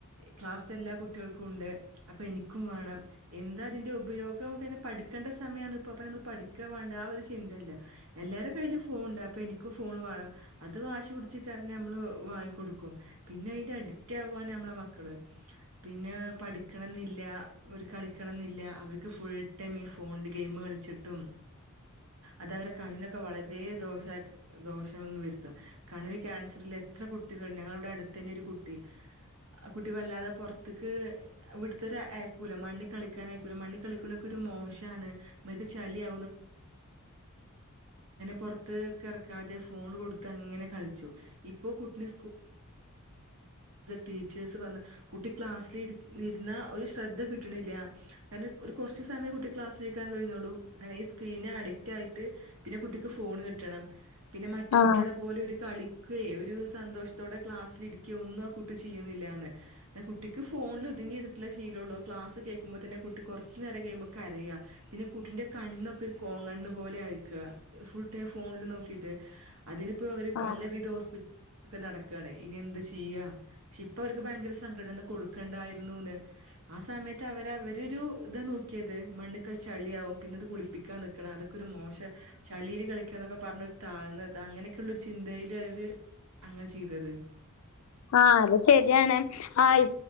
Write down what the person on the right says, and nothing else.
ക്ലാസ് എല്ലാ കുട്ടികൾക്കും ഉണ്ട് അപ്പൊ എനിക്ക ും വേണം എന്താ അതിന്റെ ഉപയോഗംെ പഠിക്കേണ്ട സമയമാണ് ഇപ്പൊ അപ്പ നമ്മൾ പഠിക്കാ വേണ്ട ആ ഒരു ചിന്തല്ല എല്ലാരരുടെ കയ്ും ഫോൺുണ്ട് അപ്പൊ എനിക്ക് ും ഫോൺ വേണം അത് വാശി പിടച്ച് കാരഞ്ഞ നമ്മള് വാങ്ങിക്ക കൊടുക്കും പിന്നെ അ അഡിക്ച്ച് ആ നമ്മെ മക്ക പിന്നെ പ കിക്കണം എന്നില്ല ഒരു കളിക്കണം എന്നില്ല അവർക്ക് ഫുൾ ടൈം ഈ ഫോണില് ഗെയിം കളിച്ചിട്ടും അതവരെ കണുവിനൊക്കെ വളരെ ദോഷ ദോഷംന്ന് വരുത്തും കണുവിന് ക്യാൻസറിൽ എത്ര കുട്ടികൾ ഞങ്ങളവിടെ അടുത്ത് തന്നെ ഒരു കുട്ടി കുട്ടി വല്ലാതെ പുറത്തേക്ക് ഇവിടത്തെ ആയക്കൂല മണ്ണി കളിക്കായക്കൂല മണ്ണണ് കളിക്കണക്കെ മോശാണ് ഇത് ചളിയെ പുറത്ത്ക്ക് ഇറക്കാതെ ഫോൺ കൊടുത്ത് അങ്ങനെ കളിച്ചു ഇപ്പോ കുട്ടിനെ ടീച്ചേഴസ് പറഞ്ഞ കുട്ടി ക്ലാസ്സിൽ ഇരുന്ന ഒരു ശ്രദ്ധ കിട്ടണില്ല ക ഒരു കുറച്ച് സമയ കുട്ടി ക്ലാസ്ിലാ കഴിയുന്നുള്ള പിന്നെ അഡിക്റ്റ് ആയിട്ട് പിന്നെ കുട്ടിക്ക് ഫോണ് കിട്ടണം പിന്നെ മറ്റു
കുട്ടികളെ പോലെ ഒരു കളിക്കുകയ ഒരു സന്തോഷത്തോടെ ക്ലാസ്സിലിരിക്കുകയോ ഒന്നും ആ കുട്ടി ചെയ്യുന്നില്ല കുട്ടിക്ക് ഫോണിൽ ഒതുങ്ങി ചെയ്തിട്ടുള്ള ശീമുള്ളൂ ക്ലാസ് കേൾക്കുമ്പോന്നെ കുി കുറ നേരം പറ പിന്നെ കുട്ടിന്റെ കണ്ണൊക്കെ ണ് പോലെ അയക്കുക ഫുൾ ടൈം ഫോണിൽ നോക്കിട്ട് അതിനിപ്പോ അവര്
പലവിധോ ഇൊക്കെ നടക്കയാണ് ഇനി എന്ത് ചെയ്യാ പെ ഇപ്പൊ അവർക്ക് ഭയങ്കര സംഘടന കൊടുക്കണ്ടായിരുന്നുന്ന് ആ സമയത്ത് അവര അവരരു ഇതാ നോക്കിയത് മണ്ണ് കളിച്ചളിയാവും പിന്നെത് കുളിപ്പിക്ക ളിക്കാൻ നിക്കണം അതൊക്കെ ഒരു മോശം ശളീൽ കളിക്കാ എന്നൊക്കെ പറഞ്ഞരു താഴന്ന അങ്ങനെയൊക്കെയുള്ള ഒരു ചിന്തയില് അവര് അങ്ങനെ ചെയ്തത്